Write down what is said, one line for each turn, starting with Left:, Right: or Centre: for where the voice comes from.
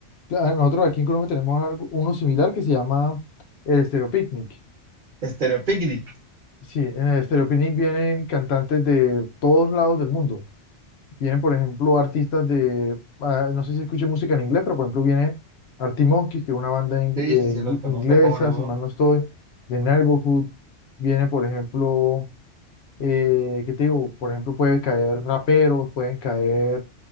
Left: a- nosotros aquí en Colombia tenemos algo- uno similar que se llama el Stereo Picnic.
Right: Stereo Picnic.
Left: Sí, en el Stereo Picnic vienen cantantes de todos lados del mundo. Vienen, por ejemplo, artistas de, ah, no sé si escuchan música en inglés, pero por ejemplo viene Arctic Monkeys, que es una banda ing-
Right: Sí,
Left: eh, ing-
Right: sí, sí, los conozco,
Left: inglesa,
Right: cómo no.
Left: si mal no estoy, de Neighborhood. Viene, por ejemplo... eh, ¿qué te digo? Por ejemplo, puede caer raperos, pueden caer